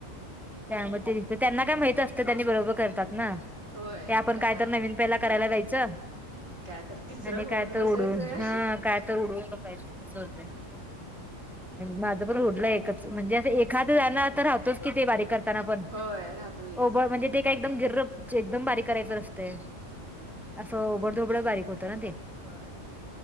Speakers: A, in the centre; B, on the right.
A: त्यामध्ये दिस त्यांना काय माहित असतं त्यांनी बरोबर करतात ना
B: होय
A: ते आपण
B: त्यांना
A: काय तर नवीन ल्याला करायला जायचं
B: काय तर तिसरं
A: आणि
B: होऊन
A: काय
B: बसायचं
A: तर उडून हा काय तर उडवून बघायचं अस होतय माझं पण ओढलंय एकच म्हणजे असं एखाद जाणार तर राहतोच कि ते बारीक करताना पण
B: होय राहतोच
A: ओब म्हणजे ते काय एकदम गिर एकदम बारीक करायच नसते
B: हम् हम्
A: असं ओबड धोबड बारीक होतं ना ते
B: होय